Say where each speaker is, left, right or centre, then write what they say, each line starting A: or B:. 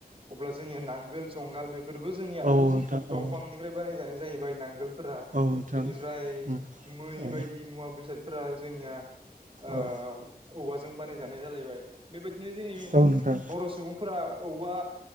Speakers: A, on the right; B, on the right.
A: अब्ला जोंनि नांगोल जंगाल बेफोरबो जोंनिया
B: औ नोंथां
A: दंफांनिफ्राय
B: औ
A: बानायजानाय जाहैबाय नांगोल फोरा
B: औ नोंथां
A: बेनिफ्राय
B: उम
A: मै
B: औ
A: बायदि मुवा बेसादफोरा जोंनिया ओ-
B: औ
A: औवाजों बानायजानाय जालायबाय बेबायदि बिदिनो जोंनि
B: औ नोंथां
A: बर' सुबुंफोरा औवा